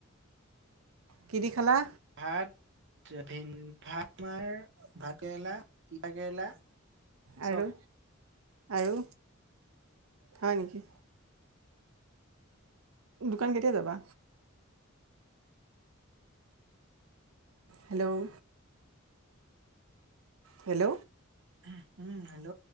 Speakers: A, on the right; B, on the right.
A: কি দি খালা?
B: ভাত, তে ভেন ভাত তোমাৰ ভাত কেৰেলা, তিতা কেৰেলা
A: আৰু
B: চব
A: আৰু হয় নেকি? দোকান কেতিয়া যাবা? হেল্ল'? হেল্ল'?
B: উহু উম হেল্ল'?